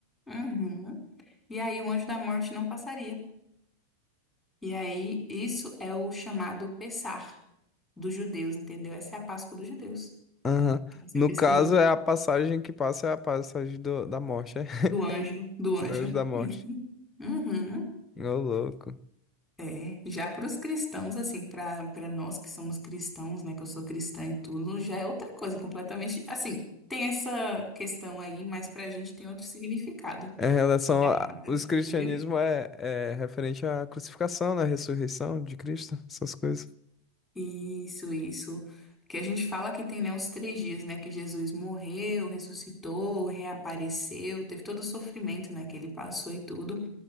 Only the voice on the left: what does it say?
Aham.
No
caso, é a passagem que passa, é a passagem do- da morte, é? <laughs>
Do anjo da morte.
Ô, louco.
Em relação
a... Os cristianismo
é, é referente à crucificação, né? Ressurreição de Cristo, essas coisas.